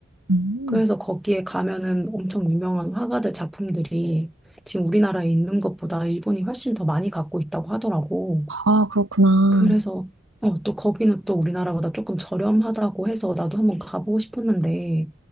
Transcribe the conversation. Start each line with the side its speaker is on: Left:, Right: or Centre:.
Right: 음.
Centre: 그래서 거기에 가면은 엄청 유명한 화가들 작품들이 지금 우리나라에 있는 것보다 일본이 훨씬 더 많이 갖고 있다고 하더라고.
Right: 아, 그렇구나.
Centre: 그래서 어, 또 거기는 또 우리나라보다 조금 저렴하다고 해서 나도 한번 가보고 싶었는데